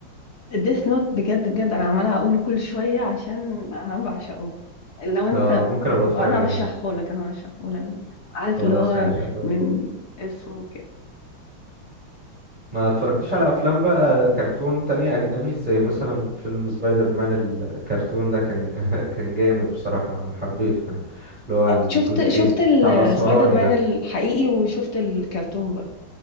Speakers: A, on the left; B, on the right.
A: الديث نوت بجد بجد انا عماله اقوله كل شويه عشان انا بعشقه لو انت
B: اه أنا ممكن أبقى أتفرج
A: انا ارشحه
B: عليه
A: لك انا ارشحه لك عارف
B: خلاص
A: اللي هو
B: ماشي أتفرج
A: من
B: عليه.
A: اسمه كده
B: ما اتفرجتش على أفلام بقى كرتون تانية أجنبي زي مثلا فيلم سبايدر مان الكرتون ده كان <laughs> كان جامد بصراحة أنا حبيته يعني اللي هو الجزئين
A: شفت شفت السبايدر
B: بتاع الأسمراني
A: مان
B: ده
A: الحقيقي وشفت الكرتون برضه